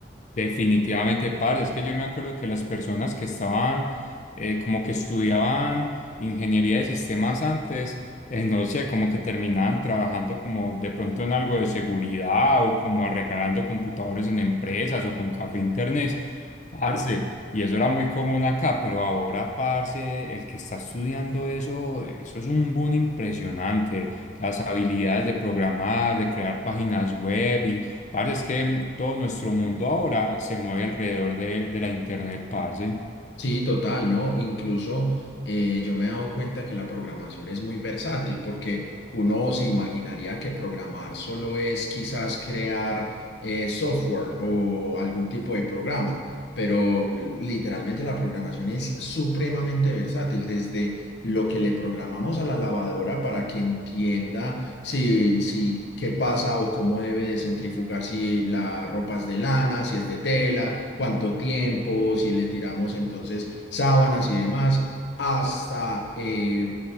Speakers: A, on the left; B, on the left.
A: Definitivamente, parce, es que yo me acuerdo que las personas que estaban eh, como que estudiaban ingeniería de sistemas antes, eh, no sé, como que terminaban trabajando como de pronto en algo de seguridad o como arreglando computadores en empresas o con café e internet, parce, y eso era muy común acá, pero ahora, parce, el que está estudiando eso, eso es un boom impresionante, las habilidades de programar, de crear páginas web Parce, es que mm, todo nuestro mundo ahora se mueve alrededor de, de la internet, parce.
B: Sí, total, ¿no? Incluso eh, yo me he dado cuenta que la programación es muy versátil porque uno se imaginaría que programar solo es quizás crear eh, software o algún tipo de programa, pero literalmente la programación es supremamente versátil, desde lo que le programamos a la lavadora para que entienda si, si qué pasa o cómo debe de centrifugar, si la ropa es de lana, si es de tela, cuánto tiempo, si le tiramos entonces sábanas y demás, hasta eh,